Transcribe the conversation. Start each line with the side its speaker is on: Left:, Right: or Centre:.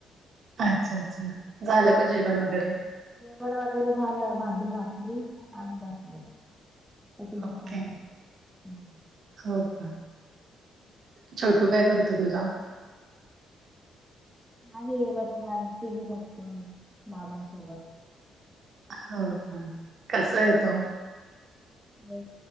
Right: अच्छा अच्छा झालं का जेवण वगैरे.
Centre: जेवण वगैरे झालं भांडी घातली आणि बसले. तुझा
Right: ओके.
Centre: फोन आला. हम्म.
Right: हो का छोटू काय करत तुझा.
Centre: आहे बसलाय, टिवी बघतोय, बाबांसोबत.
Right: हो का? कसाय तो?
Centre: ते